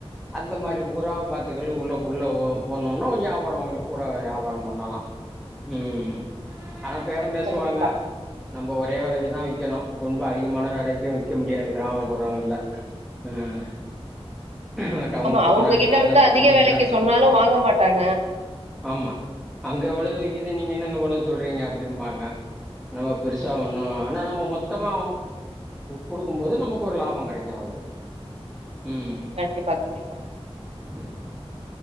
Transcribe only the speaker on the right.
கண்டிப்பா
ஆமா அவுங்ககிட்ட
வந்து
அதிக
வெலைக்கு
சொன்னாலு வாங்க மாட்டாங்க
கண்டிப்பா கண்டிப்பா